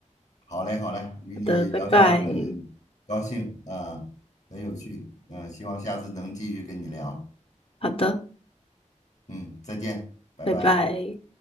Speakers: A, on the left; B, on the left.
A: 好嘞，好嘞，与你聊天儿很高兴啊，
B: 好的，拜拜。
A: 很有趣，嗯、希望下次能继续跟你聊。
B: 好的，
A: 嗯，再见，拜拜。
B: 拜拜。